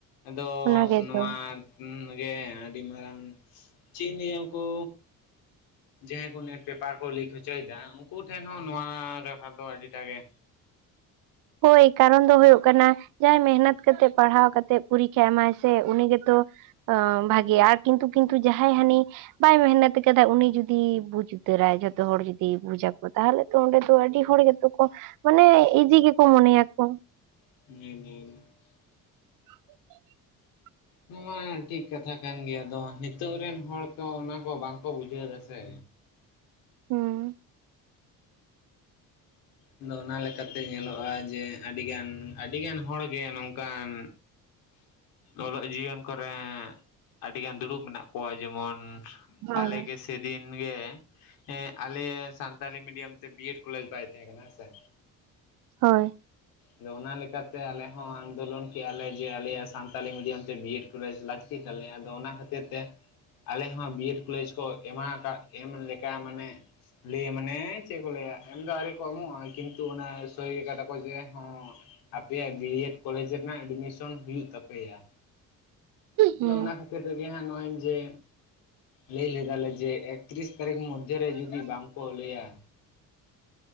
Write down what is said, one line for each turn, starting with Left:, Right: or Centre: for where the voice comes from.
Left: ᱟᱫᱚ
Right: ᱚᱱᱟ ᱜᱮᱛᱚ
Left: ᱱᱚᱣᱟ ᱦᱩᱸ ᱜᱮ ᱟᱹᱰᱤ ᱢᱟᱨᱟᱝ ᱪᱮᱜ ᱤᱧ ᱞᱟᱸᱭᱟ ᱩᱱᱠᱩ ᱡᱟᱦᱟᱸᱭ ᱠᱚ ᱱᱮᱴ ᱯᱮᱯᱟᱨ ᱠᱚ ᱞᱤᱠ ᱦᱚᱪᱚᱭᱫᱟ ᱩᱱᱠᱩ ᱴᱷᱮᱱ ᱦᱚᱸ ᱱᱚᱣᱟ ᱠᱟᱛᱷᱟ ᱫᱚ ᱟᱹᱰᱤᱴᱟ ᱜᱮ
Right: ᱦᱳᱭ ᱠᱟᱨᱚᱱ ᱫᱚ ᱦᱳᱭᱳᱜ ᱠᱟᱱᱟ ᱡᱟᱦᱟᱸᱭ ᱢᱮᱦᱱᱟᱹᱛ ᱠᱟᱛᱮᱫ ᱯᱟᱲᱦᱟᱣ ᱠᱟᱛᱮᱫ ᱯᱚᱨᱤᱠᱠᱷᱟᱭ ᱮᱢᱟᱭ ᱥᱮ ᱩᱱᱤ ᱜᱮᱛᱚ ᱟ ᱵᱷᱟᱜᱤ ᱟᱨ ᱠᱤᱱᱛᱩ ᱠᱤᱱᱛᱩ ᱡᱟᱦᱟᱸᱭ ᱦᱟᱱᱤ ᱵᱟᱭ ᱢᱮᱦᱱᱚᱛ ᱠᱟᱫᱟ ᱩᱱᱤ ᱡᱩᱫᱤ ᱵᱩᱡᱽ ᱩᱛᱟᱹᱨᱟᱭ ᱡᱷᱚᱛᱚ ᱦᱚᱲ ᱡᱩᱫᱤ ᱵᱩᱡᱟᱠᱚ ᱛᱟᱦᱚᱞᱮ ᱛᱚ ᱚᱸᱰᱮ ᱫᱚ ᱟᱹᱰᱤ ᱦᱚᱲ ᱜᱮᱛᱚ ᱠᱚ ᱢᱟᱱᱮ ᱤᱡᱤ ᱜᱮᱠᱚ ᱢᱚᱱᱮᱭᱟᱠᱚ᱾
Left: <unintelligible>
Right: <unintelligible>
Left: ᱱᱚᱣᱟ ᱴᱷᱤᱠ ᱠᱟᱛᱷᱟ ᱠᱟᱱ ᱜᱮᱭᱟ ᱟᱫᱚ ᱱᱤᱛᱚᱜ ᱨᱮᱱ ᱦᱚᱲ ᱛᱚ ᱚᱱᱟ ᱠᱚ ᱵᱟᱝᱠᱚ ᱵᱩᱡᱷᱟᱹᱣ ᱫᱟ ᱥᱮ᱾
Right: ᱦᱩᱸ᱾
Left: ᱟᱫᱚ ᱚᱱᱟ ᱞᱮᱠᱟᱛᱮ ᱧᱮᱞᱚᱜᱼᱟ ᱡᱮ ᱟᱹᱰᱤᱜᱟᱱ ᱟᱹᱰᱤᱜᱟᱱ ᱦᱚᱲ ᱜᱮ ᱱᱚᱝ ᱠᱟᱱ ᱚᱞᱚᱜ ᱡᱤᱭᱚᱱ ᱠᱚᱨᱮ᱾ ᱟᱹᱰᱤᱜᱟᱱ ᱫᱩᱲᱩᱵ ᱢᱮᱱᱟᱜ ᱠᱚᱣᱟ ᱡᱮᱢᱚᱱ
Right: ᱦᱳᱭ
Left: ᱟᱞᱮ ᱜᱮ ᱥᱮᱫᱤᱱ ᱜᱮ ᱟᱞᱮ ᱥᱟᱱᱛᱟᱞᱤ ᱢᱤᱰᱤᱭᱟᱢ ᱛᱮ ᱵᱤᱮᱰ ᱠᱚᱞᱮᱡᱽ ᱵᱟᱭ ᱛᱟᱦᱮᱸ ᱠᱟᱱᱟ ᱦᱮ ᱥᱮ᱾
Right: ᱦᱳᱭ᱾
Left: ᱟᱫᱚ ᱚᱱᱟ ᱞᱮᱠᱟᱛᱮ ᱟᱞᱮ ᱦᱚᱸ ᱟᱱᱫᱳᱞᱚᱱ ᱠᱮᱜᱼᱟ ᱞᱮ ᱡᱮ ᱟᱞᱮᱭᱟᱜ ᱥᱟᱱᱛᱟᱞᱤ ᱢᱤᱰᱤᱭᱟᱢ ᱛᱮ ᱵᱤᱰ ᱠᱚᱞᱮᱡᱽ ᱞᱟᱹᱠᱛᱤ ᱛᱟᱞᱮᱭᱟ ᱟᱫᱚ ᱚᱱᱟ ᱠᱷᱟᱹᱛᱤᱨ ᱛᱮ, ᱟᱞᱮ ᱦᱚᱸ ᱵᱤ ᱮᱰ ᱠᱚᱞᱮᱡᱽ ᱠᱚ ᱮᱢᱟ ᱟᱠᱟᱫ ᱮᱢ ᱞᱮᱠᱟ ᱢᱟᱱᱮ᱾ ᱞᱟᱹᱭ ᱢᱟᱱᱮ ᱪᱮᱫ ᱠᱚ ᱞᱟᱹᱭᱟ ᱮᱢ ᱫᱚ ᱟᱹᱣᱨᱤ ᱠᱚ ᱮᱢᱚᱜᱼᱟ ᱠᱤᱱᱛᱩ ᱚᱱᱟ ᱥᱳᱭ ᱠᱟᱫᱟ ᱠᱚ ᱡᱮ ᱦᱚᱸ ᱟᱯᱮᱭᱟᱜ ᱵᱤ ᱮᱰ ᱠᱚᱞᱮᱡᱽ ᱨᱮᱱᱟᱜ ᱮᱰᱢᱤᱥᱚᱱ ᱦᱩᱭᱩᱜ ᱛᱟᱯᱮᱭᱟ᱾
Right: ᱦᱩᱸ
Left: ᱟᱫᱚ ᱚᱱᱟ ᱠᱷᱟᱹᱛᱤᱨ ᱛᱮᱜᱮ ᱦᱟᱸᱜ ᱱᱚᱜᱼᱚᱭ ᱡᱮ ᱞᱟᱹᱭ ᱞᱮᱫᱟᱞᱮ ᱡᱮ ᱮᱠᱛᱨᱤᱥ ᱮᱠ ᱛᱟᱹᱨᱤᱠᱷ ᱢᱚᱫᱽᱫᱷᱮᱨᱮ ᱡᱩᱫᱤ ᱵᱟᱝ ᱠᱚ ᱞᱟᱹᱭᱟ᱾